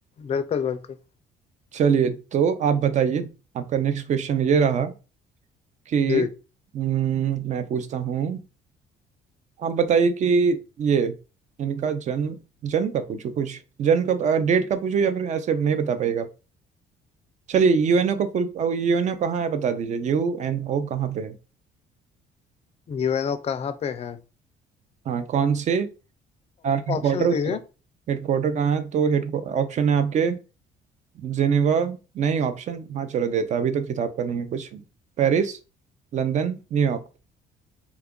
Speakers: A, on the left; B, on the right.
A: बिल्कुल बिल्कुल
B: चलिए तो आप बताइए आपका नेक्स्ट क्वेश्चन ये रहा कि
A: जी
B: हम्म, मैं पूछता हूँ आप बताइए कि ये इनका जन्म जन्म का पूछूं कुछ जन्म का डेट का पूछूं या फिर ऐसे नहीं बता पाएगा आप? चलिए यूएनओ का फुल यूएनओ कहाँ है बता दीजिए यूएनओ कहाँ पे है
A: यूएनओ कहाँ पे है
B: हाँ कौन से हेडक्वार्टर
A: ऑप्शंस
B: उसका
A: दीजिए
B: हेडक्वार्टर कहाँ है तो हेड ऑप्शन है आपके जिनेवा नहीं ऑप्शन हाँ चलो देता अभी तो किताब का नहीं है कुछ Paris London New York